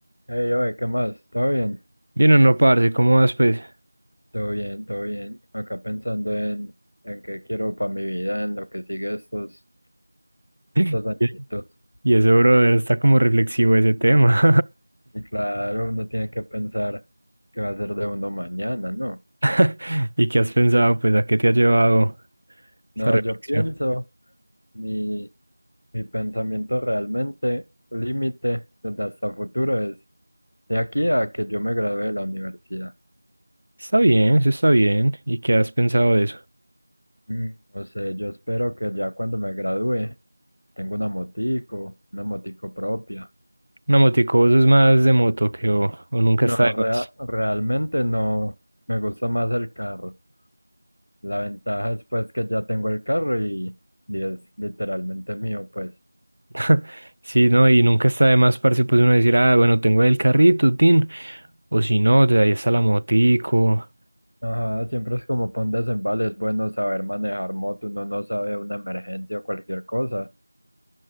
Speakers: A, on the left (about 80°); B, on the right (about 85°).
A: Hey, oye, ¿qué más? ¿Todo bien?
B: Bien o no, parce, ¿cómo vas, pues?
A: Todo bien, todo bien. Acá pensando en, en qué quiero para mi vida, en lo que sigue estos,
B: <laughs>
A: estos añitos.
B: Y ese brother está como reflexivo ese tema.
A: Y claro, uno tiene que pensar qué va a ser de uno mañana, ¿no?
B: <laughs> ¿Y qué has pensado, pues, a qué te ha llevado esa
A: No,
B: reflexión?
A: yo pienso, mi, mi pensamiento realmente, límite, desde hasta futuro es de aquí a que yo me gradúe de la universidad.
B: Está bien, eso está bien. ¿Y qué has pensado de eso?
A: Mm, No sé, yo espero que ya cuando me gradúe, tengo una motico, una motico propia
B: Una motico, vos es más de moto que o, o nunca
A: No,
B: está de
A: rea-
B: más.
A: realmente no. Me gusta más el carro. La ventaja es pues que ya tengo el carro y, y es literalmente mío, pues.
B: <laughs> Sí, no, y nunca está de más, parce, pues uno decir, ah, bueno, tengo el carrito, tin. O si no, de ahí está la motico.
A: Ajá, siempre es como pon desembales es bueno saber manejar moto, uno no sabe una emergencia o cualquier cosa.